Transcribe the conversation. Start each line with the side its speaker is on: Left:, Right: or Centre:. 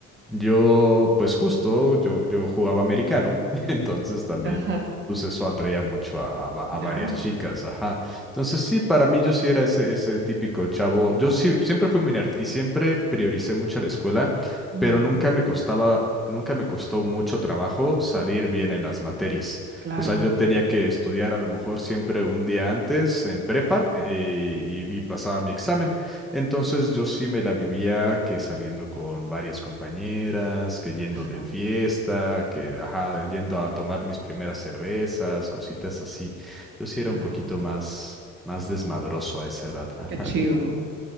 Centre: Yo, pues justo, yo, yo jugaba americano, <laughs> entonces también,
Right: Ajá,
Centre: pues eso atraía mucho a, a va-
Right: claro,
Centre: a varias chicas, ajá. Entonces sí, para mí yo sí era ese, ese típico chavo. Yo sí, siempre fui muy nerd y siempre prioricé mucho la escuela,
Right: ujú,
Centre: pero nunca me costaba, nunca me costó mucho trabajo salir bien en las materias.
Right: claro,
Centre: O sea, yo tenía que estudiar a lo mejor siempre un día antes en prepa eh, y y pasaba mi examen. Entonces yo sí me la vivía que saliendo con varias compañeras, que yendo
Right: ajá,
Centre: de fiesta, que ajá, yendo a tomar mis primeras cervezas, cositas así. Yo sí
Right: claro.
Centre: era un poquito más, más desmadroso a esa edad. Ajá.
Right: Qué chido.